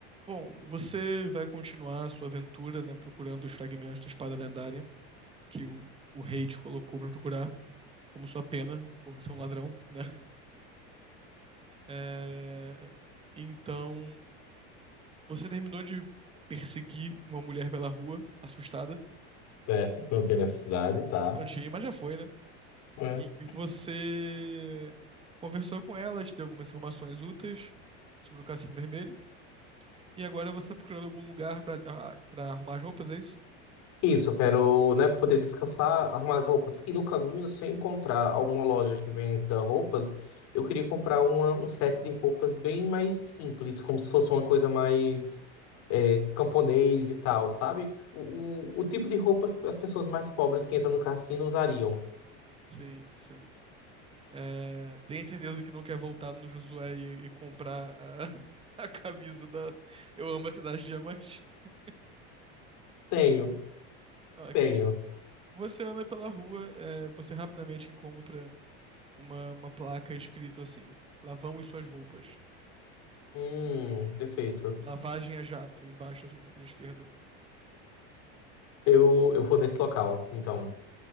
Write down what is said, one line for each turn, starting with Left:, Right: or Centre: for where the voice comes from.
Right: Bom, você vai continuar a sua aventura, né, procurando os fragmentos da espada lendária que o, o rei te colocou pra procurar, como sua pena por ser um ladrão, né? <laughs> É, Então, você terminou de perseguir uma mulher pela rua, assustada.
Left: Certo, que não tem necessidade, tá?
Right: Não tinha, mas já foi, né?
Left: É.
Right: E você conversou com ela, te deu algumas informações úteis sobre o Cassino Vermelho. E agora você tá procurando algum lugar pra, ah, pra arrumar as roupas, é isso?
Left: Isso, eu quero, né, pra poder descansar, arrumar as roupas. E no caminho, se eu encontrar alguma loja que venda roupas, eu queria comprar uma, um set de roupas bem mais simples, como se fosse uma coisa mais é, camponês e tal, sabe? O, o, o tipo de roupa que as pessoas mais pobres que entram no cassino usariam.
Right: Sim, sim. É, tenha certeza que não quer voltar no Josué e, e comprar a, <laughs> a camisa da Eu Amo a Cidade de Diamante. <laughs>
Left: Tenho,
Right: Ok.
Left: tenho.
Right: Você anda pela rua, é, você rapidamente encontra uma, uma placa escrito assim: Lavamos suas roupas.
Left: Hum, perfeito.
Right: Lavagem a jato, embaixo, assim, da esquerda.
Left: Eu, eu vou nesse local, então.